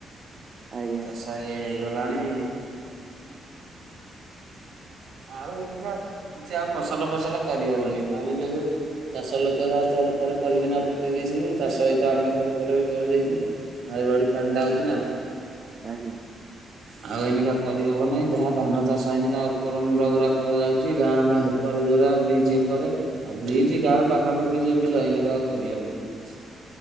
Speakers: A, on the right; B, on the right.
A: ଆଜ୍ଞା।
B: ଚାଷ ଏ ହେଇଗଲାଣି। ଆଉ ଏଇନିକା କିଛି ଆଉ ଫସଲ ଫସଲ କରିହବନି
A: ହ୍ୟାଲୋ
B: ପାଣି ଯୋଗୁ। ଚାଷ ଲୋକ ଯାହା ଥରେ ଥରେ କରିକିନା <unintelligible> ପକେଇ ଦେଇଛନ୍ତି ଚାଷ ସହିତ ଆମେ ଥରେ ଥରେ ବି କରିଦେଇଛୁ ନଈବଢି ପାଣିଟା ଆଉଛି ନା।
A: ଆଜ୍ଞା।
B: ଆଉ ଏଇନିକା କରିହେବନି, ଯାହା ଧାନ ଚାଷ ଏଇନିକା ଆଉ। <unintelligible> କରାଯାଉଛି ଗାଁ ବା ହେକରେ ଯୋଉଗୁରା ବ୍ରିଜ୍ ଏକରେ। ଆଉ ବ୍ରିଜ୍ ଗାଁ ପାଖାପାଖି ଯୋଉ ବିଲ ଏଇନିକା ଆଉ କରିହେବନି କିଛି।